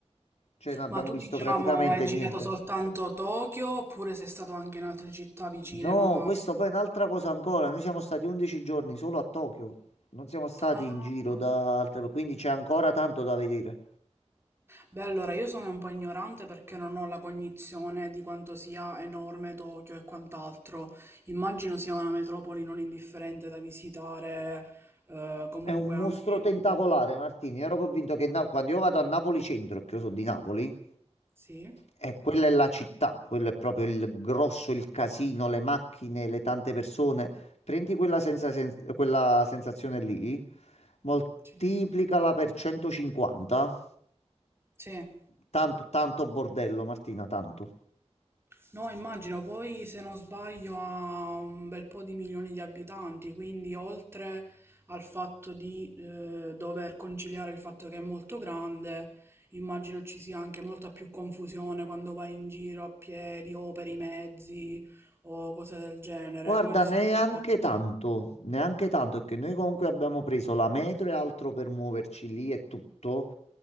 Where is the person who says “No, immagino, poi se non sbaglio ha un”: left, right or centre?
Right